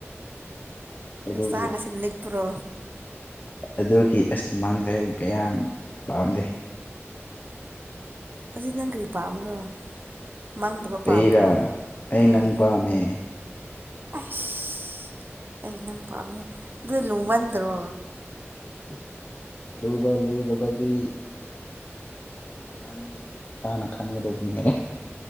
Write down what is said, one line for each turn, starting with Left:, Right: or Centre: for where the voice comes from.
Left: ꯑꯗꯨꯒꯤ
Right: ꯍꯛꯆꯥꯡ ꯑꯁꯤ ꯅꯤꯛꯄ꯭ꯔꯣ
Left: ꯑꯗꯨꯒꯤ ꯑꯁ ꯃꯪꯖꯦ ꯑꯩ ꯀꯌꯥꯝ ꯄꯥꯝꯗꯦ <inaudible>
Right: ꯑꯁꯤ ꯅꯪ ꯀꯔꯤ ꯄꯥꯝꯕ꯭ꯔꯣ ꯃꯪꯗꯕ
Left: ꯑꯩꯔꯥ
Right: ꯄꯥꯝꯕ꯭ꯔꯣ
Left: ꯑꯩ
Right: ꯎꯝ
Left: ꯅꯪ ꯄꯥꯝꯃꯦ
Right: ꯑꯁ ꯑꯩ ꯅꯪ ꯄꯥꯝꯃꯦ ꯑꯗꯨꯗꯤ ꯂꯨꯃꯟꯗ꯭ꯔꯣ
Left: ꯑꯁ ꯂꯨꯕ ꯂꯨꯗꯕꯗꯤ ꯅꯣꯏ ꯅꯪ ꯃꯁꯥꯅ ꯈꯪꯒꯗꯕꯅꯦ